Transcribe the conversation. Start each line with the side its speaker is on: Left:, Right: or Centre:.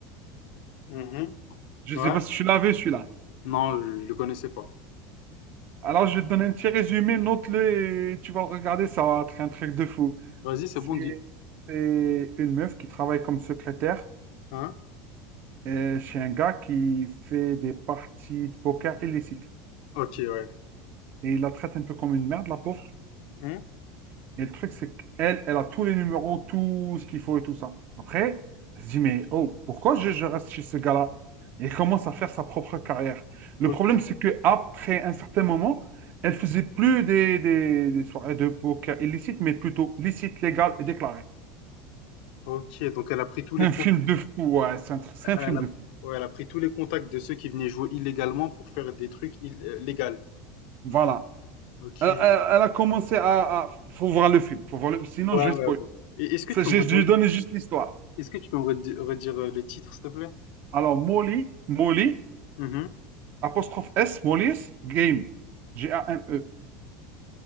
Left: Mhm.
Right: Je
Left: Ouais.
Right: sais pas si tu l'as vu, celui-là.
Left: Non, je, je le connaissais pas.
Right: Alors, je vais te donner un petit résumé, note-le et tu vas le regarder, ça va être un truc de fou.
Left: Vas-y, c'est
Right: C'est
Left: bon, dit.
Right: c'est une meuf qui travaille comme secrétaire
Left: Hein?
Right: euh, chez un gars qui fait des parties de poker illicites.
Left: Ok, ouais.
Right: Et il la traite un peu comme une merde, la pauvre.
Left: Hein
Right: Et le truc, c'est qu'elle, elle a tous les numéros, tout ce qu'il faut et tout ça. Après, elle se dit, mais oh, pourquoi je, je reste chez ce gars-là? Et elle commence à faire sa propre carrière. Le
Left: Ok,
Right: problème, c'est que après un certain moment, elle faisait plus des, des, des soirées de poker illicites, mais plutôt licites, légales et déclarées.
Left: Ok, donc elle a pris tous les
Right: Un
Left: comptes,
Right: film de fou, ouais, c'est un, tr- c'est un
Left: elle
Right: film
Left: a,
Right: de fou.
Left: ouais, elle a pris tous les contacts de ceux qui venaient jouer illégalement pour faire des trucs ill- euh, légaux.
Right: Voilà.
Left: Ok.
Right: Elle,
Left: Ouais,
Right: elle- elle a commencé à, à- Faut voir le film. Faut voir le... Sinon,
Left: ouais.
Right: je
Left: ouais.
Right: vais spoiler.
Left: Et est-ce que
Right: C'est-
Left: tu peux
Right: Je,
Left: me redire,
Right: je lui donne juste l'histoire.
Left: est-ce que tu peux me redi- redire, euh, le titre, s'il te plaît?
Right: Alors, Molly, Molly,
Left: Mhm.
Right: apostrophe S, Molly's Game. G-A-M-E.